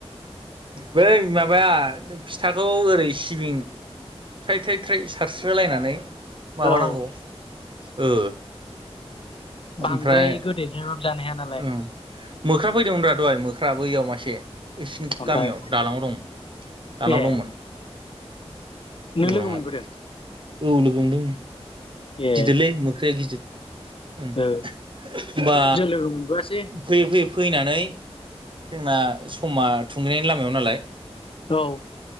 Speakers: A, on the right (about 50°); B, on the left (about 55°).
A: बै माबाया जों फिथाखौ ओरै सिबिं थ्राय थ्राय थ्राय सारस्रोलायनानै माबानांगौ
B: औ
A: ओ
B: बांद्राय
A: ओमफ्राय
B: गोदै थारबाबो जानो हाया नालाय।
A: ओं मोख्रा फैदोंमोनब्रा दहाय मोख्रा बैयाव मासे। इसिनि
B: ओमफ्राय
A: गामियाव दालां आव दं दाला
B: ए
A: आव दंमोन।
B: नों
A: दलाङाव
B: लोगो मोनबोदों?
A: औ लोगो मोनदों
B: ए
A: गिदिरलै मोख्राया गिदिर।
B: ओ
A: उम होमबा
B: जों लोगो मोनबोआसै
A: फैयै फैयै फैनानै जोंना समा थुंगेनायनि लामायाव नालाय।
B: औ।